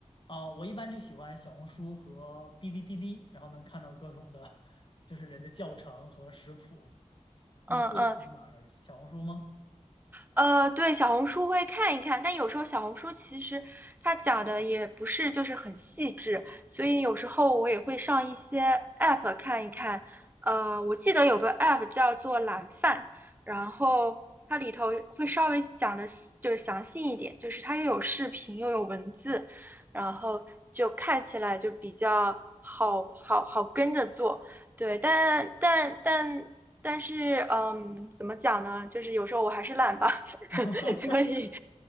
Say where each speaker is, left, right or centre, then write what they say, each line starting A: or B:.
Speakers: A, on the left; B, on the right.
A: 啊、我一般就喜欢小红书和哔哩哔哩，然后能看到各种的，<laughs> 就是人的教程和食谱。你会从哪儿？
B: 嗯嗯
A: 小红书吗？
B: 呃，对，小红书会看一看，但有时候小红书其实它讲的也不是就是很细致，所以有时候我也会上一些 app 看一看。呃，我记得有个 app 叫做懒饭，然后它里头会稍微讲的就是详细一点，就是它又有视频又有文字，然后就看起来就比较好好好跟着做。对，但但但但是，嗯，怎么讲呢？就是有时候我还是懒吧。
A: <laughs> 啊，
B: <laughs> 所以